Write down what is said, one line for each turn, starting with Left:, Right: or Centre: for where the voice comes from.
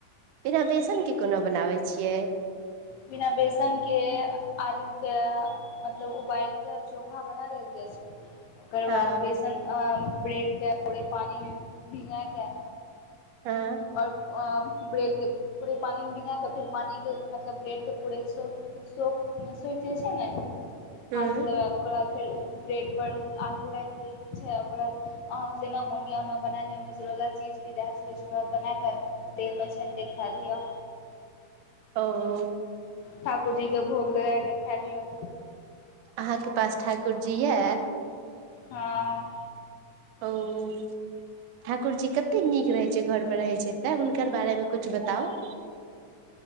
Right: बिना बेसन के कोना बनाबै छियै।
Left: बिना बेसन के आलू के मतलब उबाएल कऽ चोखा बना लेल जाय छै। ओकर बाद
Right: हँ
Left: बेसन अ ब्रेड के पूरे पानी मे भींगाय के
Right: हां।
Left: और अ ब्रेड के पूरे पानी मे भिंगा के फेर पानी के मतलब ब्रेड के पूरे सो सोक नै सुख जाय छै ने
Right: हूँ
Left: हाथ से दबाए ओकर बाद फेर उ ब्रेड पर आलू राएख दै के छै, ओकर बाद अहाँ के जेना मोन या ओना बना लियौ, मैजरोला चीज भी दा सकै छिये, ओकर बाद बना के तेल मे छैन के खाय लियौ।
Right: औ।
Left: ठाकुर जी के भोग लगा के खाय लियौ।
Right: अहाँ के पास ठाकुर जी या।
Left: हां।
Right: औ ठाकुर जी कते नीक रहै छै। घर मे रहे छै ते हुनकर बारे मे कुछ बताउ।